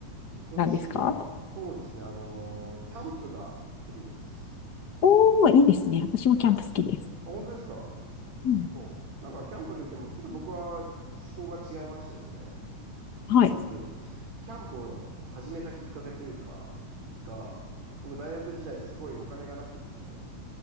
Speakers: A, on the right; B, on the left.
A: 僕の趣味は、
B: 何ですか
A: そうですね、あのーキャンプが趣味です。
B: おー、いいですね。私もキャンプ好きです。
A: はい。あ、本当ですか
B: うん。
A: そう。なんか、キャンプといっても、ちょっと僕は思考が違いましてですね、
B: はい。
A: まず、キャンプを始めたきっかけというか、が、僕、大学時代、すごいお金がなくてですね、